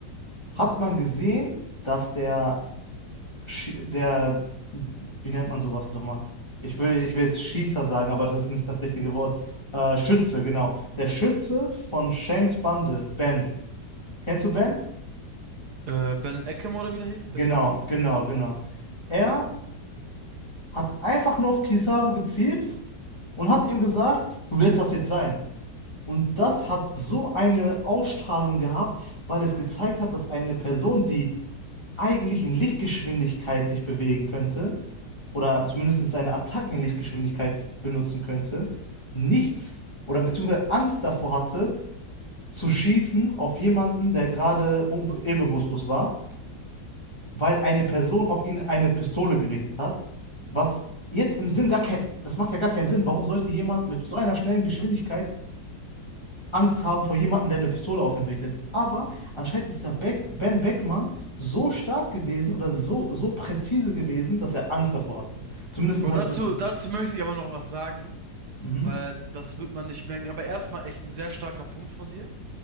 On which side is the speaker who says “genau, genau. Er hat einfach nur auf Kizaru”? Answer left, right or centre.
Left